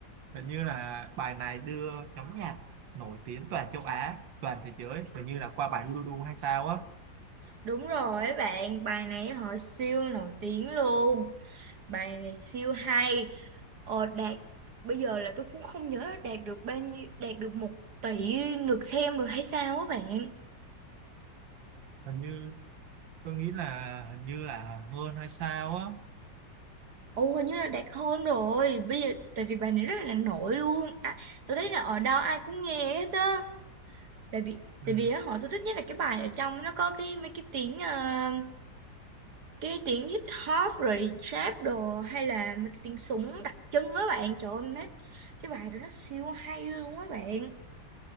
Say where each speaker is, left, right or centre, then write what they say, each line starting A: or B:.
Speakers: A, on the right; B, on the right.
A: hình như là bài này đưa nhóm nhạc nổi tiếng toàn châu Á toàn thế giới hình như là qua bài du du du hay sao á
B: Đúng rồi ấy bạn, bài này họ siêu nổi tiếng luôn. Bài này siêu hay. Ờ, đạt bây giờ là tôi cũng không nhớ là đạt được bao nhiêu, đạt được một tỷ lượt xem rồi hay sao á bạn.
A: hình như tôi nghĩ là hình như là hơn hay sao á
B: Ồ hình như là đạt hơn rồi. Bây giờ tại vì bài này rất là nổi luôn. À, tôi thấy là ở đâu ai cũng nghe hết á. Tại vì
A: Ừ,
B: tại vì á, họ tôi thích nhất là cái bài ở trong nó có cái mấy cái tiếng ờ, cái tiếng hip hop rồi trap đồ hay là mấy cái tiếng súng đặc trưng á bạn trời ơi mấy cái bài đó nó siêu hay luôn á bạn